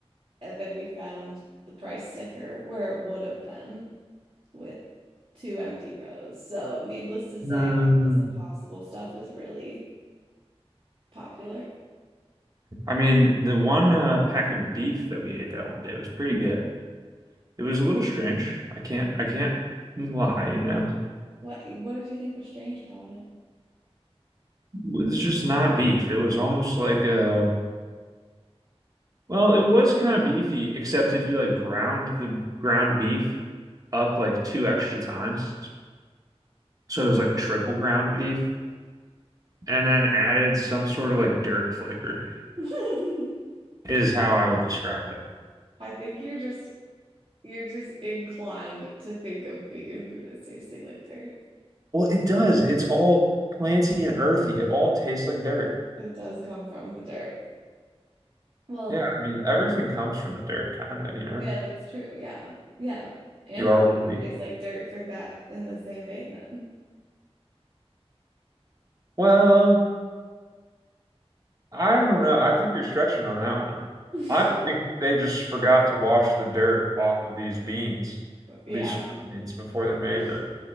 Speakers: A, on the right (about 55°); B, on the right (about 35°).
A: And then we found the price sticker where it would have been with two empty rows. So, needless to say,
B: Um,
A: I think this impossible stuff is really popular.
B: I mean, the one uh, pack of beef that we ate that one day was pretty good. It was a little strange. I can't, I can't lie, you know.
A: What what did you think was strange about it?
B: It was just not beef. It was almost like uh, well, it was kind of beefy, except if you like ground the ground beef up like two extra times. So it was like triple ground beef and then added some sort of like dirt flavor.
A: <laughs>
B: is how I would describe it.
A: I think you're just you're just inclined to think of vegan food as tasting like dirt.
B: Well, it does. It's all planty and earthy. It all tastes like dirt.
A: It does come from the dirt. Well,
B: Yeah, I mean, everything comes from the dirt, kind of, you know.
A: yeah, that's true. Yeah. Yeah. Animal
B: You are
A: meat
B: what you
A: can
B: eat.
A: taste like dirt for that in the same vein then.
B: Well, I don't know. I think you're stretching on that one.
A: <laughs>
B: I think they just forgot to wash the dirt off of these beans,
A: Yeah.
B: these soybeans, before they made
A: I
B: the